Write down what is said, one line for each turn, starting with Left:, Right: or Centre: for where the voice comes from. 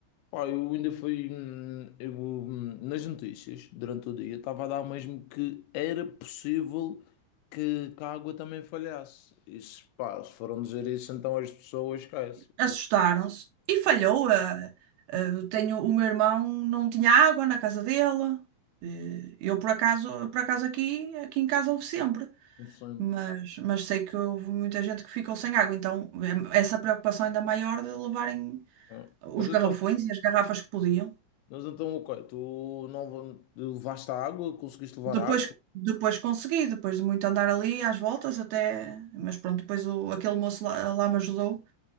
Left: Pá, eu ainda fui hum, eu, hum, nas notícias durante o dia. Estava a dar mesmo que era possível que, que a água também falhasse. Isso, pá, se foram dizer isso, então as pessoas esquecem.
Right: assustaram-se e falhou. a- a- eu tenho, o meu irmão não tinha água na casa dele. Eh, Eu por acaso, por acaso aqui, aqui em casa houve sempre,
Left: Um sonho.
Right: mas, mas sei que houve muita gente que ficou sem água, então eh, essa preocupação ainda maior de levarem
Left: É.
Right: os
Left: Mas
Right: garrafões
Left: então,
Right: e as garrafas que podiam.
Left: mas então, ok, tu não va- levaste a água, conseguiste levar
Right: Depois,
Left: a água.
Right: depois consegui, depois de muito andar ali às voltas até, mas pronto, depois o, aquele moço lá, lá me ajudou